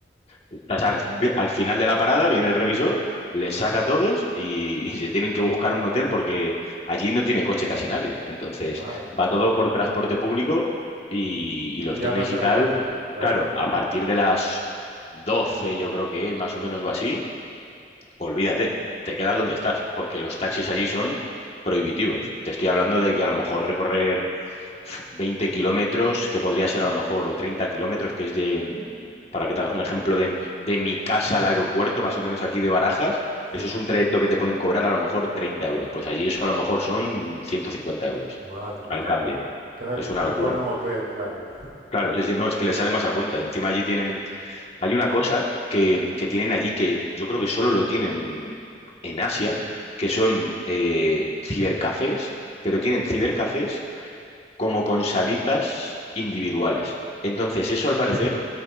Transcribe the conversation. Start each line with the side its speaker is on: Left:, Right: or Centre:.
Left: estás al, al final de la parada, viene el revisor, les saca a todos y, <laughs> se tienen que buscar un hotel porque allí no tiene coche casi nadie. Entonces,
Right: madre mía.
Left: va todo por transporte público y, y los
Right: Y ya
Left: trenes
Right: no hay transporte
Left: y tal,
Right: público, claro.
Left: claro, a partir de las 12 yo creo que es, más o menos o así, olvídate, te quedas donde estás, porque los taxis allí son prohibitivos. Te estoy hablando de que a lo mejor recorrer pf, 20 kilómetros, que podría ser a lo mejor, o 30 kilómetros, que es de, para que te hagas un ejemplo, de, de mi casa al aeropuerto, más o menos aquí de Barajas,
Right: Sí,
Left: eso es un trayecto que te pueden cobrar a lo mejor 30 euros. Pues allí eso a lo mejor son 150 euros
Right: madre mía,
Left: al cambio.
Right: claro. Entonces,
Left: Es una
Right: mejor
Left: locura.
Right: un hotel, claro.
Left: Claro, sí, sí, no, es que les sale más a cuenta. Encima allí tienen hay una cosa que, que tienen allí que yo creo que solo lo tienen en Asia, que son eh, cibercafés, pero tienen cibercafés como con salitas individuales. Entonces, eso al parecer